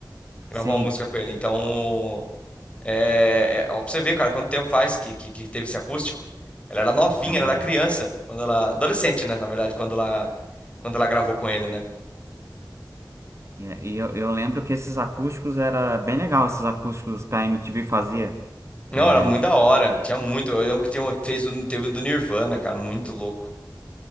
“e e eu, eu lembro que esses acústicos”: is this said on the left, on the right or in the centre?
Right